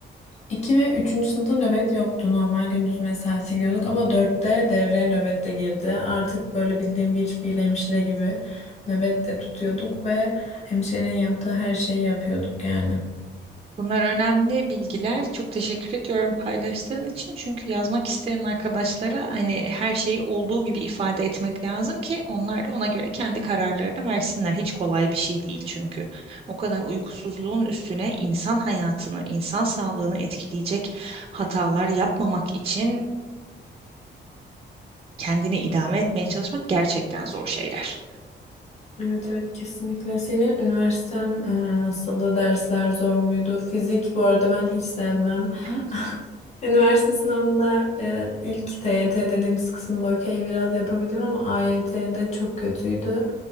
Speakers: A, on the left; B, on the right.
A: 2 ve üçüncü sınıfta nöbet yoktu. Normal gündüz mesaisi gidiyorduk ama dörtte devreye nöbet de girdi. Artık böyle bildiğim bir fiil hemşire gibi nöbet de tutuyorduk ve hemşirenin yaptığı her şeyi yapıyorduk yani.
B: Bunlar önemli bilgiler. Çok teşekkür ediyorum paylaştığın için. Çünkü yazmak isteyen arkadaşlara hani her şeyi olduğu gibi ifade etmek lazım ki onlar da ona göre kendi kararlarını versinler. Hiç kolay bir şey değil çünkü. O kadar uykusuzluğun üstüne insan hayatını, insan sağlığını etkileyecek hatalar yapmamak için kendini idame etmeye çalışmak gerçekten zor şeyler.
A: Evet evet kesinlikle. Senin üniversiten e, nasıldı? Dersler zor muydu? Fizik bu arada ben hiç sevmem.
B: Evet.
A: <laughs> Üniversite sınavında e, ilk TYT dediğimiz kısımda okey biraz yapabildim ama AYT'de çok kötüydü.